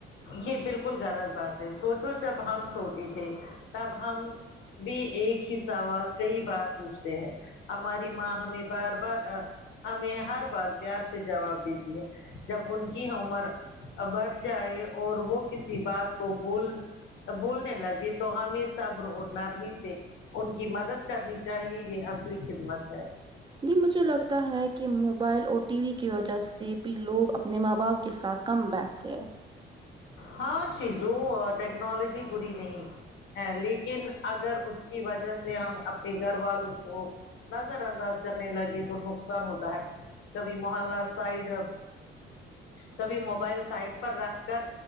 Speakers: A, on the left; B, on the right.
A: یہ بالکل غلط بات ہے سوچو جب ہم چھوٹے تھے تب ہم بھی ایک ہی سوال کئی بار پوچھتے ہیں ہماری ماں ہمیں بار بار آ ہمیں ہر بار پیار سے جواب دیتی ہے جب ان کی عمر بڑھ جائے اور وہ کسی بات کو بول بھولنے لگے تو ہمیں صبر و نرمی سے ان کی مدد کرنی چاہیے یہ اصلی خدمت ہے
B: جی مجھے لگتا ہے کہ موبائل اور ٹی وی کی وجہ سے بھی لوگ اپنے ماں باپ کے ساتھ کم بیٹھتے ہے
A: ہاں شیزو ٹیکنالوجی بری نہیں ہے لیکن اگر اس کی وجہ سے ہم اپنے گھر والوں کو نظر انداز کرنے لگے تو نقصان ہوتا ہے کبھی محلہ سائڈ کبھی موبائل سائڈ پر رکھ کر